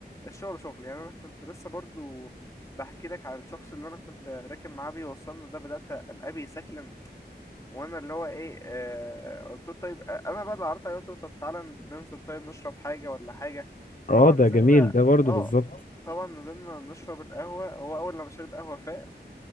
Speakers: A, on the left (about 20°); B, on the left (about 50°).
A: الشغل شغل يعني انا كنت لسه برضو بحكي لك على الشخص اللي انا كنت راكب معاه بيوصلنا ده بدأت قلبي يسكلم وانا اللي هو ايه آه قلت له طيب آه، انا بقى اللي عرضت عليه قلت له طب تعالى ننزل طيب نشرب حاجة ولا حاجة
B: اه
A: طبعا نزلنا
B: ده جميل ده برضو
A: اه
B: بالظبط
A: طبعا نزلنا نشرب القهوة هو أول لما شرب قهوة فاق